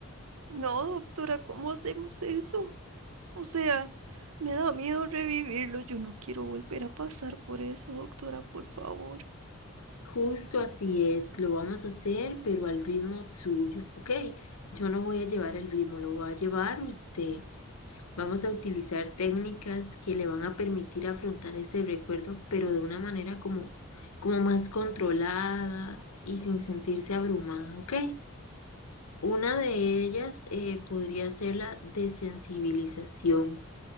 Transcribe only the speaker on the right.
No, doctora, ¿cómo hacemos eso? O sea... Me da miedo revivirlo. Yo no quiero volver a pasar por eso, doctora, por favor.